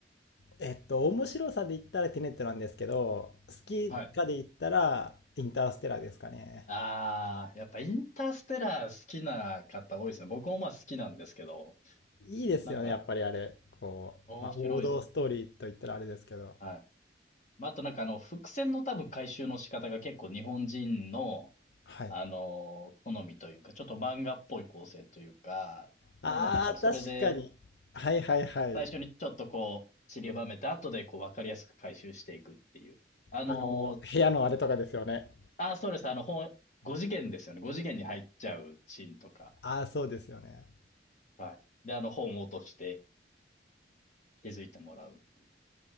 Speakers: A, on the left; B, on the left.
A: えっと、面白さで言ったらテネットなんですけど、好きかで言ったらインターステラーですかね。
B: はい。ああ、やっぱインターステラー好きな方多いですね。僕もまあ好きなんですけど、
A: いいですよね、
B: なんか
A: やっぱりあれ。こう、
B: 面白いっす。
A: まあ、王道ストーリーと言ったらあれですけど。
B: はい。まあ、あとなんかあの、伏線の多分回収の仕方が結構日本人の、
A: はい。
B: あのー好みというか、ちょっと漫画っぽい構成というか、
A: ああ、
B: 多分だからそれで、
A: 確かに。はいはいはい。
B: 最初にちょっとこう、散りばめて、後でこう、わかりやすく回収していくっていう。あのー
A: あの、部屋のあれとかですよね。
B: あー、そうです。あの、本、5次元ですよね。5次元に入っちゃうシーンとか。
A: ああ、そうですよね。
B: はい。で、あの、本を落として気づいてもらうっていう。